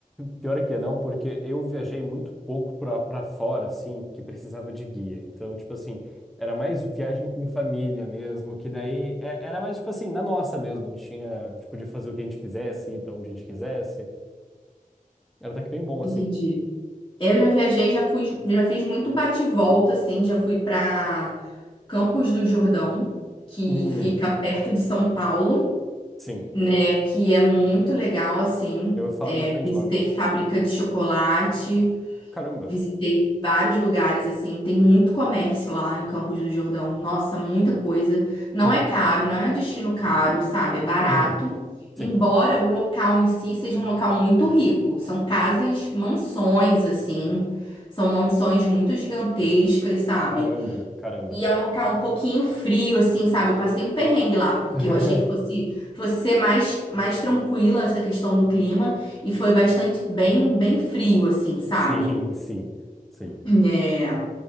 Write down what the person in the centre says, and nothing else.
Pior é que não, porque eu viajei muito pouco pra, pra fora, assim, que precisava de guia. Então, tipo assim, era mais viagem com família mesmo, que daí é- era mais, tipo assim, na nossa mesmo. A gente tinha, a gente podia fazer o que a gente quisesse, ir pra onde a gente quisesse. Era até que bem bom,
assim.
Uhum,
sim.
Eu vou falar
muito bem
de lá.
Caramba.
Uhum,
uhum,
sim.
Caramba, caramba.
<laughs>
Sim, sim, sim.